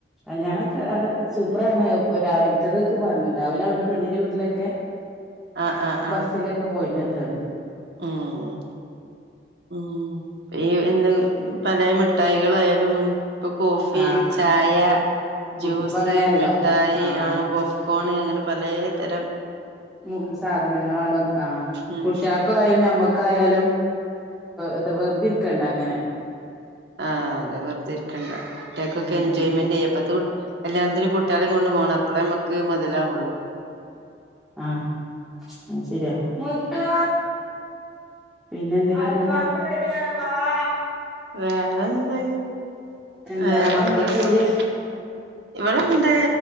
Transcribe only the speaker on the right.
ആഹ് ആഹ്
ആഹ്
ഉം ഉ ഈ എന്ത് പലെ മിഠായികളായാലും ഇപ്പൊ കോഫി
ചായ ജ്യൂസ്
മിഠായി
ആ പോപ്‌കോണ് അങ്ങനെ പലേതരം
ഉം
ആഹ അതെ വെറുതെരിക്ക ണ്ട കുട്ട്യാക്കൊക്കെ
എന്ജോയ്മന്റെ
ഇപ്പത്തേ കല്യാണത്തിന് കുട്ട്യാളേം കൊണ്ട് പോവണം അപ്പൊളെ മ്മക്ക് മുതലാവൂ
വേറെന്തെയ്യു
വേറെ
എന്തൊക്കേണ്
ഇവിടെ ഇണ്ട്